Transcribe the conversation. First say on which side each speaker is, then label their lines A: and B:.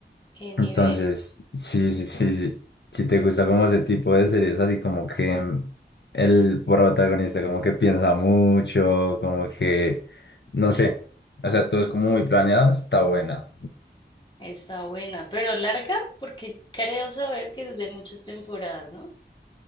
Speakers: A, on the left; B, on the left.
A: qué nivel,
B: Entonces, sí, sí, sí, sí. Si te gusta como ese tipo de series, así como que mm, el protagonista como que piensa mucho, como que, no sé, o sea, todo es como muy planeado, está buena.
A: está buena, pero larga, porque creo saber que es de muchas temporadas, ¿no?